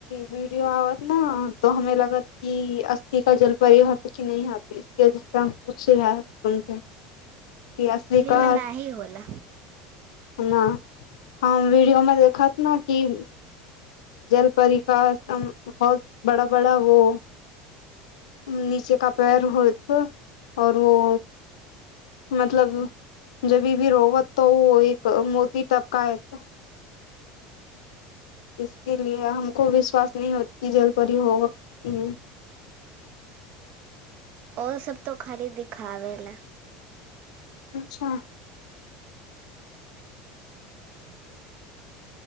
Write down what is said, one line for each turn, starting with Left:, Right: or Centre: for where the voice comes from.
Left: वीडियो आबत ने तऽ हमे लगत कि असलि का जलपरी रहत <unintelligible> कि असली का
Right: में नाही होला
Left: हम वीडियो मे देखत ने कि जलपरि का एकदम बहुत बड़ा बड़ा वो नीचे का पैर होत ओर वो मतलब जबी भी रोब तऽ ओ एक मोती तबका ह इस्लिए हमको विश्वास नहि होत कि जल परी हो कि नहि।
Right: ओर सभ तो खाली दिखाब लए
Left: अच्छा।
Right: ह